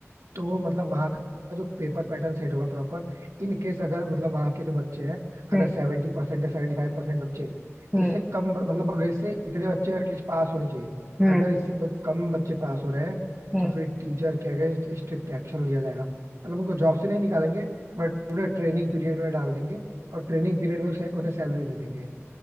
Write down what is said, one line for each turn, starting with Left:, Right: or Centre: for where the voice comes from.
Right: तो मतलब वहाँ का जो पेपर पैटर्न सेट होगा प्रॉपर इन केस अगर मतलब वहाँ के जो बच्चे हैं
Centre: हम्म
Right: अगर सेवेंटी परसेंट या सेवेंटी फाइव परसेंट बच्चे
Centre: हम्म
Right: इससे कम ब- मतलब अगर इससे इतने बच्चे एटलीस्ट पास होने चाहिए
Centre: हम्म
Right: अगर इससे ब- कम बच्चे पास हो रहे हैं
Centre: हम्म
Right: तो फिर टीचर के अगेंस्ट स्ट्रिक्ट एक्शन लिया जाएगा मतलब उनको जॉब से नहीं निकालेंगे बट उन्हें ट्रेनिंग पीरियड में डाल देंगे और ट्रेनिंग पीरियड में उसे उन्हें सैलरी नहीं देंगे